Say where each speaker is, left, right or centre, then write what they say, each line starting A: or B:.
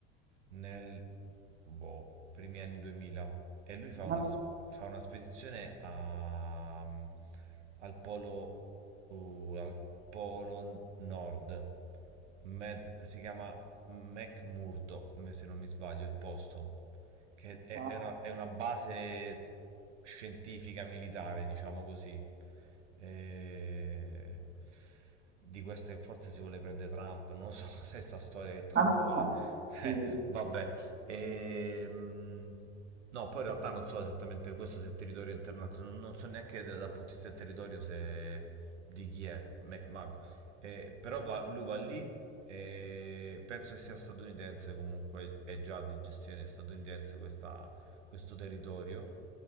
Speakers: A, on the right (about 75°); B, on the right (about 30°).
A: nel boh, primi anni 2000 e lui fa
B: Ma
A: una,
B: non
A: sp- fa una spedizione a- al polo uh, al polo nord Med- si chiama McMurdoch me- se non mi sbaglio il posto che è,
B: so.
A: è una, è una base scientifica militare diciamo così E- di queste forse si vuole prendere Trump, non so <laughs> se è sta storia che Trump
B: ah,
A: vuole.
B: sì.
A: Eh, vabbè. Ehm, no, poi in realtà non so esattamente questo se è territorio internazionale, non, non so neanche da- dal punto di vista del territorio se di chi è McMahon. Eh, però va- lui va lì e penso che sia statunitense comunque, è già di gestione statunitense questa- questo territorio